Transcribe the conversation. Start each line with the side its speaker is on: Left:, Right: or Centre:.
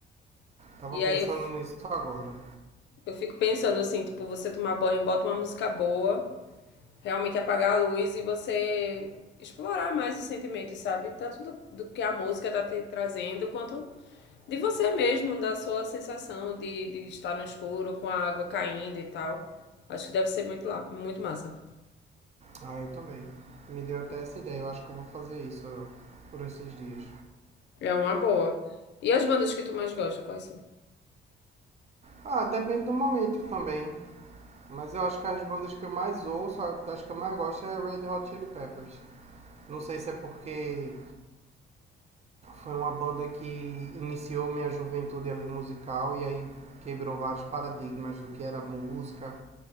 Right: Tava
Left: E
Right: pensando
Left: aí eu,
Right: nisso agora.
Left: eu fico pensando assim, tipo, você tomar banho, bota uma música boa, realmente apagar a luz e você explorar mais os sentimentos, sabe? Tanto do, do que a música tá te trazendo, quanto de você mesmo, da sua sensação de, de estar no escuro com a água caindo e tal. Acho que deve ser muito, muito massa.
Right: Ah, eu também. Me deu até essa ideia. Eu acho que eu vou fazer isso ó, por esses dias.
Left: É uma boa. E as bandas que tu mais gosta, quais são?
Right: Ah, depende do momento também. Mas eu acho que as bandas que eu mais ouço, a- das que eu mais gosto, é Red Hot Chili Peppers. Não sei se é porque foi uma banda que iniciou minha juventude ali musical e aí quebrou vários paradigmas do que era música,